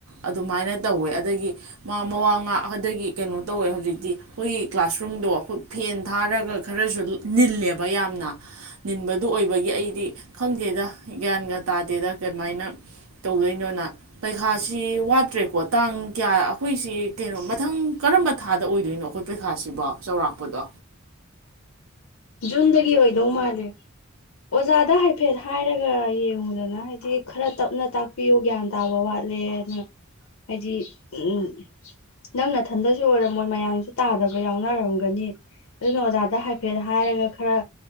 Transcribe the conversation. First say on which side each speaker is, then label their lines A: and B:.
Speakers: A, on the right; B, on the left.
A: ꯑꯗꯨꯃꯥꯏꯅ ꯇꯧꯋꯦ ꯑꯗꯒꯤ ꯃꯥ ꯃꯋꯥ ꯉꯥꯛ ꯑꯗꯒꯤ ꯀꯩꯅꯣ ꯇꯧꯋꯦ ꯍꯧꯖꯤꯛꯇꯤ ꯑꯩꯈꯣꯏꯒꯤ ꯀ꯭ꯂꯥꯁꯔꯨꯝꯗꯣ ꯑꯩꯈꯣꯏ ꯐꯦꯟ ꯊꯥꯔꯒ ꯈꯔꯁꯨ ꯅꯤꯜꯂꯦꯕ ꯌꯥꯝꯅ ꯅꯤꯟꯕꯗꯨ ꯑꯣꯏꯕꯒꯤ ꯑꯩꯗꯤ ꯈꯪꯗꯦꯗ ꯒ꯭ꯌꯥꯟꯒ ꯇꯥꯗꯦꯗ ꯀꯃꯥꯏꯅ ꯇꯧꯗꯣꯏꯅꯣꯅ ꯄꯩꯈꯥꯁꯤ ꯋꯥꯠꯇ꯭ꯔꯦꯀꯣ ꯇꯥꯡ ꯀꯌꯥ ꯑꯩꯈꯣꯏꯁꯤ ꯀꯩꯅꯣ ꯃꯊꯪ ꯀꯔꯝꯕ ꯊꯥꯗ ꯑꯣꯏꯗꯣꯏꯅꯣ ꯑꯩꯈꯣꯏ ꯄꯔꯤꯈꯥꯁꯤꯕꯣ ꯆꯥꯎꯧꯔꯥꯛꯄꯗꯣ
B: ꯖꯨꯟꯗꯒꯤ ꯑꯣꯏꯗꯧ ꯃꯥꯜꯂꯦ ꯑꯣꯖꯥꯗ ꯍꯥꯏꯐꯦꯠ ꯍꯥꯏꯔꯒ ꯌꯦꯡꯉꯨꯗꯅ ꯍꯥꯏꯗꯤ ꯈꯔ ꯇꯞꯅ ꯇꯥꯛꯄꯤ ꯄꯤꯌꯣ ꯒ꯭ꯌꯥꯟ ꯇꯥꯕ ꯋꯥꯠꯂꯦꯅ ꯍꯥꯏꯗꯤ ꯎꯝ ꯅꯪ ꯅꯊꯟꯗꯁꯨ ꯑꯣꯏꯔꯝꯃꯣꯏ ꯃꯌꯥꯝꯁꯨ ꯇꯥꯗꯕ ꯌꯥꯎꯅꯔꯝꯒꯅꯤ ꯑꯗꯨꯅ ꯑꯣꯖꯥꯗ ꯍꯥꯏꯐꯦꯠ ꯍꯥꯏꯔꯒ ꯈꯔ